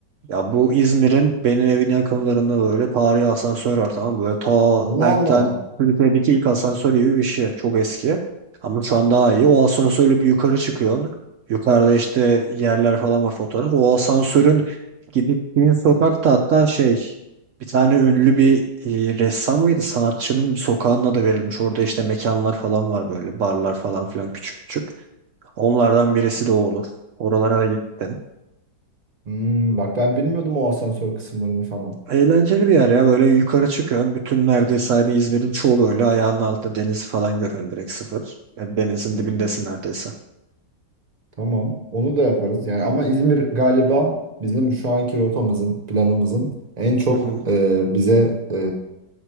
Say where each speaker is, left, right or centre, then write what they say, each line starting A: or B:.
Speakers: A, on the right; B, on the right.
A: Ya bu İzmir'in benim evin yakınlarında böyle tarihi asansör var tamam mı? Böyle ta
B: Allah
A: belki
B: Allah.
A: de Türkiye'deki ilk asansör gibi bir şey. Çok eski. Ama şu an daha iyi. O asansörle bir yukarı çıkıyorsun. Yukarıda işte yerler falan var fotoğraf. O asansörün gittiğin sokakta hatta şey bir tane ünlü bir e, ressam mıydı? Sanatçının bir sokağının adı verilmiş. Orada işte mekanlar falan var böyle barlar falan filan küçük küçük. Onlardan birisi de o olur. Oralara da gittim.
B: Hmm, bak ben bilmiyordum o asansör kısımlarını falan.
A: Eğlenceli bir yer ya. Böyle yukarı çıkıyorsun. Bütün neredeyse hani İzmir'in çoğu böyle ayağının altında deniz falan görüyorsun direkt sıfır. Yani denizin
B: Hmm.
A: dibindesin neredeyse.
B: Tamam. Onu da yaparız. Yani ama İzmir galiba bizim şu anki rotamızın, planımızın en çok
A: Hı hı.
B: e, bize e,